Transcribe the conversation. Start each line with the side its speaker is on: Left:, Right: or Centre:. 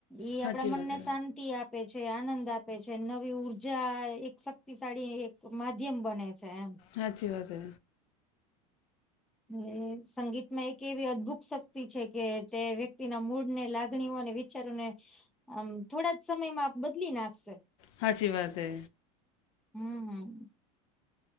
Centre: ઈ
Left: હાચી
Centre: આપડા મનને
Left: વાત હે.
Centre: શાંતિ આપે છે આનંદ આપે છે નવી ઉર્જા એક શક્તિશાળી એક માધ્યમ બને છે એમ.
Left: હાચી વાત છે.
Centre: અને સંગીતમાં એક એવી અદભુત શક્તિ છે કે તે વ્યક્તિના મૂળ ને લાગણીઓને. વિચારો ને આ થોડા જ સમયમાં બદલી નાખશે.
Left: સાચી વાત હ.
Centre: હમ્મ હમ્મ.